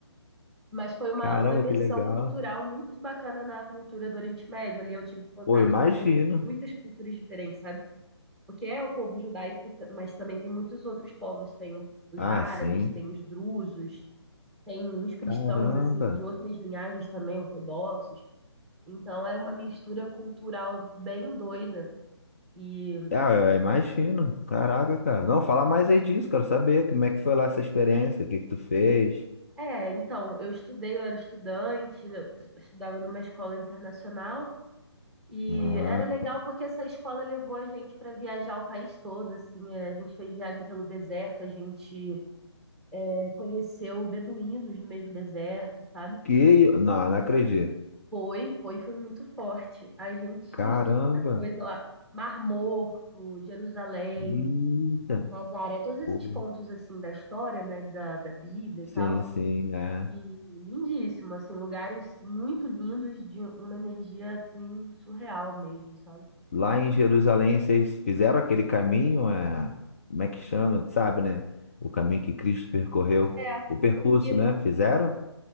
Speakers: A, in the centre; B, on the left.
A: mas foi uma,
B: caramba,
A: uma imersão
B: que legal.
A: cultural muito bacana na cultura do Oriente Médio. Ali eu tive contato
B: Pô, eu imagino.
A: com muitas culturas diferentes, sabe? porque é o povo judaico, ta- mas também tem muitos outros povos, tem o- os
B: Ah,
A: árabes,
B: sim.
A: tem os drusos, tem uns cristãos
B: Caramba.
A: assim de outras linhagens também ortodoxos. Então era uma mistura cultural bem doida. E
B: Ah, eu imagino. Caraca, cara. Não, fala mais aí disso, quero saber como é que foi lá essa experiência, o que que tu fez.
A: é, então, eu estudei, eu era estudante, eu t- estudava numa escola internacional e
B: Ah,
A: era legal porque essa escola levou a gente para viajar o país todo, assim, é, a gente fez viagem pelo deserto, a gente é, conheceu beduínos no meio do deserto, sabe?
B: que... Não, não acredito.
A: Foi, foi, foi muito forte. A gente
B: Caramba.
A: fez muita coisa lá. Mar Morto, Jerusalém,
B: Eita.
A: Nazaré, todos esses
B: Pô,
A: pontos assim da história, né, da, da Bíblia e
B: Sim,
A: tal.
B: sim, é.
A: E lindíssimo, assim, lugares muito lindos de uma energia assim surreal mesmo, sabe?
B: Lá em Jerusalém, vocês fizeram aquele caminho, é... Como é que chama? Sabe, né? O caminho que Cristo percorreu.
A: É,
B: O percurso,
A: o guia
B: né? Fizeram?